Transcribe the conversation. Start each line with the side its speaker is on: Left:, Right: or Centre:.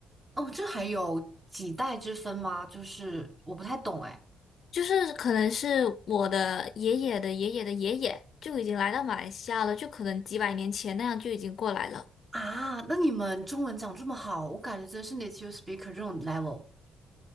Right: 哦，这还有几代之分吗？就是我不太懂哎。
Left: 就是可能是我的爷爷的爷爷的爷爷就已经来到马来西亚了，就可能几百年前那样就已经过来了。
Right: 啊，那你们中文讲这么好，我感觉真是 native speaker 这种 level。